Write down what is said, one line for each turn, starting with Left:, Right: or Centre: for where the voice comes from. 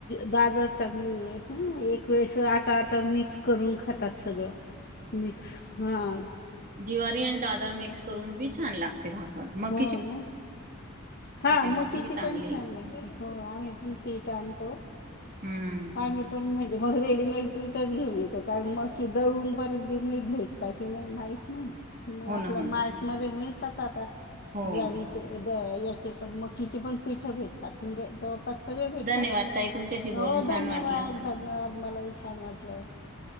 Left: दाळदर चांगलीये ह, एक वेळेस आता, आता मिक्स करून खातात सगळं. मिक्स, हं.
Right: जिवारी आणि दाळदार मिक्स करून बी छान लागते. भाकर, मग
Left: हो ना, हा म
Right: मक्की
Left: तची
Right: बी चांगली
Left: पण छान लागते, हो आम्ही पण पीठ आणतो.
Right: हम्म
Left: आम्ही पण म्हणजे मग रेडीमेड पीठच घेऊन येतो, कारण मग की दळून परत गिरणीत भेटता की नाही, माहीत नाही.
Right: हो
Left: आपलं
Right: ना हो
Left: मार्टमध्ये मिळतात आता, ज्वारीचे
Right: हो
Left: द याचे पण मकीचे पण पीठं भेटतात, म्हणजे जवळपास सगळे भेटतात.
Right: धन्यवाद ताई तुमच्याशी
Left: हो,
Right: बोलून छान
Left: धन्यवाद,
Right: वाटलं
Left: धन्यवाद, मलाही छान वाटलं.